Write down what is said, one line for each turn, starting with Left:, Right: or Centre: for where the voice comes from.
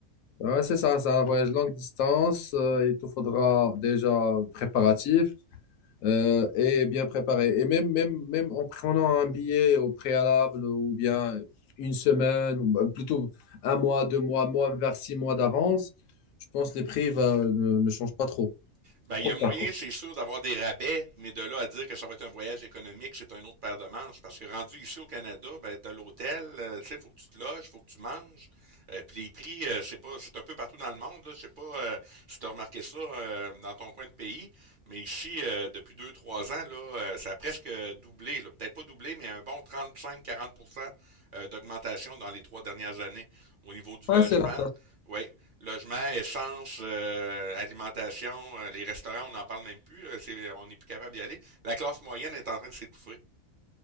Left: Ouais, c'est ça, c'est un voyage longue distance. euh, il te faudra déjà préparatif euh, et bien préparé. Et même, même, même en prenant un billet au préalable ou bien une semaine, ou bah, plutôt un mois, deux mois, mois vers six mois d'avance, je pense que les prix va- ne, ne changent pas trop.
Right: Ben, il
Left: Trop
Right: y a moyen,
Left: cher, quoi.
Right: c'est sûr, d'avoir des rabais, mais de là à dire que ça va être un voyage économique, c'est un autre paire de manches. Parce que rendu ici au Canada, ben, t'as l'hôtel, euh, tu sais, faut que tu te loges, faut que tu manges. Euh, puis les prix, euh, c'est pas, c'est un peu partout dans le monde, là. Je sais pas euh, si t'as remarqué ça euh, dans ton coin de pays, mais ici, euh, depuis deux, trois ans, là, euh, ça a presque doublé, là. Peut-être pas doublé, mais un bon 35-40% euh, d'augmentation dans les trois dernières années au niveau du
Left: Ouais,
Right: logement.
Left: c'est l'inflation.
Right: Oui, Logement, essence, euh, alimentation, euh, les restaurants, on n'en parle même plus. euh, c'est- on n'est plus capable d'y aller. La classe moyenne est en train de s'étouffer.